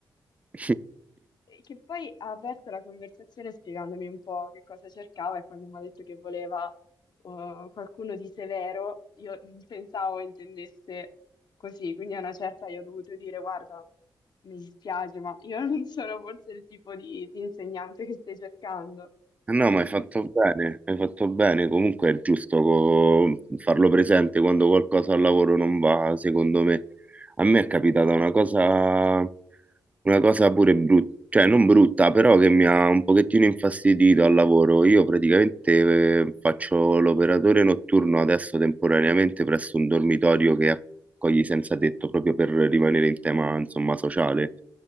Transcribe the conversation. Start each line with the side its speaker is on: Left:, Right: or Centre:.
Right: <laughs>
Left: che poi ha aperto la conversazione spiegandomi un po' che cosa cercava e quando mi ha detto che voleva eh, qualcuno di severo, io non pensavo intendesse così, quindi a una certa io ho dovuto dire guarda, mi dispiace, ma io non sono forse il tipo di, di insegnante che stai cercando.
Right: Eh No,
Left: <laughs>
Right: ma hai fatto bene, hai fatto bene. Comunque è giusto co- farlo presente quando qualcosa al lavoro non va, secondo me. A me è capitata una cosa, una cosa pure brutta, cioè non brutta, però che mi ha un pochettino infastidito al lavoro. Io praticamente eh, faccio l'operatore notturno adesso temporaneamente presso un dormitorio che accoglie senza tetto, proprio per rimanere in tema, insomma, sociale.